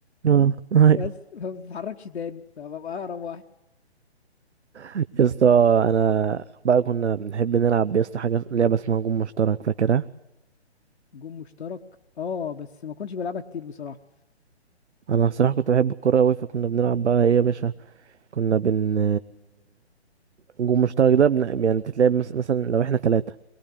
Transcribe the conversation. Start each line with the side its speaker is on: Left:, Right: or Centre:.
Right: اه ايوه
Left: بس <laughs> فما بتتحركش تاني فببقى اقرب واحد
Right: يا اسطى انا بقى كنا بنحب نلعب يا اسطى حاجة لعبة اسمها جون مشترك فاكرها
Left: جون مشترك اه بس ما كنتش بلعبها كتير بصراحة
Right: انا صراحة كنت بحب الكورة اوي فكنا بنلعب بقى ايه يا باشا كنا بن الجون المشترك ده بن... يعني بتتلعب مس- مثلا لو احنا تلاتة